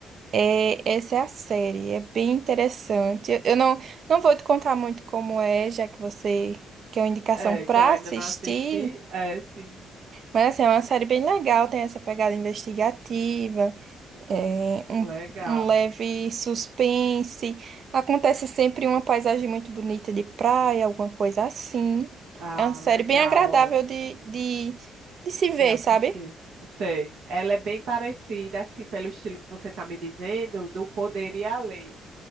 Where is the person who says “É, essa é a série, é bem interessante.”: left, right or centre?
Right